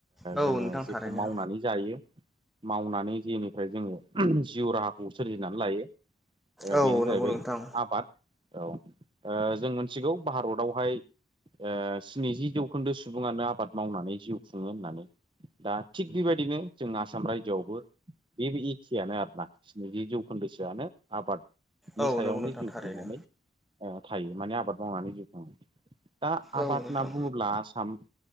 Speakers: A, in the centre; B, on the right.
A: औ
B: जोंङो
A: नोंथां
B: जेखौ
A: थारैनो
B: मावनानै जायो मावनानै जेनिफ्राय जोङो जिउ राहाखौ सोरजिनानै लायो
A: औ
B: बेनो जाहैबाय
A: नंगौ नोंथां
B: आबाद औ जों मोनथिगौ भारतावहाय स्निजि जौखोन्दो सुबुंङानो आबाद मावनानै जिउ खुङो होननानै दा थिग बेबायदिनो जों आसाम रायजोआवबो बे एखेयानो आरोना स्निजि जौखोन्दोसोआनो आबाद नि
A: औ
B: सायावनो
A: नंगौ नोंथां
B: जिउ
A: थारैनो
B: खुंनानै थायो माने आबाद मावनानै जिउखाङो दा आबाद
A: औ नोंथां
B: होनना बुंङोब्ला आसाम